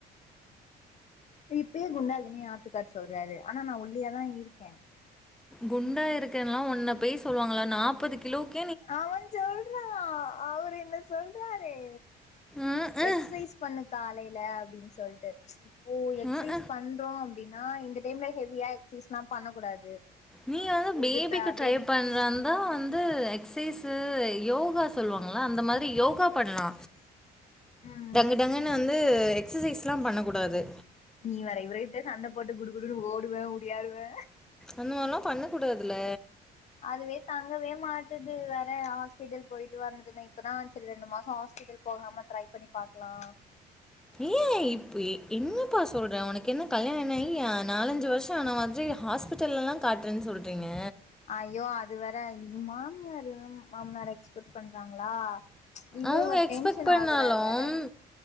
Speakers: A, on the left; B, in the centre.
A: இப்பயே குண்டாறுக்கனு ஆத்துக்காரர் சொல்றாரு ஆனா நா ஒல்லியாதா இருக்கே
B: குண்டா இருக்கன்லா ஒன்ன போய் சொல்லுவாங்களா நாப்பது கிலோக்கு
A: அவன் சொல்றா அவரு என்ன சொல்றாறே
B: ம்ஹ்ம்.
A: எக்சசைஸ் பண்ணு காலைல அப்டின்னு சொல்ட்டு ஓ எக்ஸசைஸ்
B: ம்ஹ்ம்.
A: பண்றோ அப்டின்னா இந்த டைம்ல ஹெவியா எகஸசைஸ்ல்லா பண்ணக் கூடாது
B: நீ வந்து பேபிக்கு
A: இது த
B: ட்ரை
A: பேபிக்
B: பண்றனு அதா வந்து எக்சசைஸு யோகா சொல்லுவாங்களா அந்த மாதிரி யோகா பண்லா
A: ம்
B: டங்கு டங்கன்னு வந்து எக்சசைஸ்ல்லாம் பண்ணக் கூடாது
A: நீ வேற இவர்கிட்ட சண்ட போட்டு குடு குடுன்னு ஓடுவே ஓடியாறுவே
B: அந்த மாதிரிலா பண்ண கூடாதுல
A: அதுவே தாங்கவே மாட் டுது வேற ஹாஸ்பிட்டல் போய்ட்டு வரந்தது இப்பதா சேரி ரெண்டு மாசோ ஹாஸ்பிடல் போகாம ட்ரை பண்ணி பாக்கலா
B: ஏ இப்போ என்னப்பா சொல்ற உனக்கு என்ன கல்யாணம் ஆகி அ நாலஞ்சு வருஷோ ஆன மாதிரி ஹாஸ் பிட்டல்லெல்லா காட்டுறேன்னு சொல்றீங்க
A: ஐயோ அது வேற இது மாமியாரு மாமனாரு எக்ஸ்பெக்ட் பண்றாங்களா இவரு
B: அவங்க
A: ஒரு
B: எக்ஸ்பெக்ட்
A: டென்ஷன்
B: பண்ணாலும்
A: ஆகுறாரு வேற